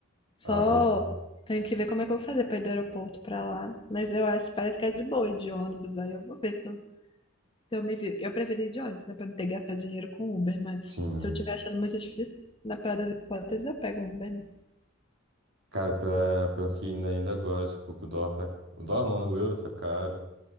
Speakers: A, on the left (about 25°); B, on the right (about 55°).
A: Só
B: Ah, pode crer.
A: tenho que ver como é que eu vou fazer para ir do aeroporto para lá. Mas eu acho, parece que é de boa ir de ônibus. Aí eu vou ver se eu, se eu me viro. Eu preferi ir de ônibus, né? Para não ter que gastar dinheiro com Uber. Mas
B: Sim.
A: se eu estiver achando muito difícil, na pior das hipóteses, eu pego um Uber. né?
B: Cara, pior, pior que ainda, ainda agora, tipo, que o dólar tá. O dólar não, né? O euro tá caro.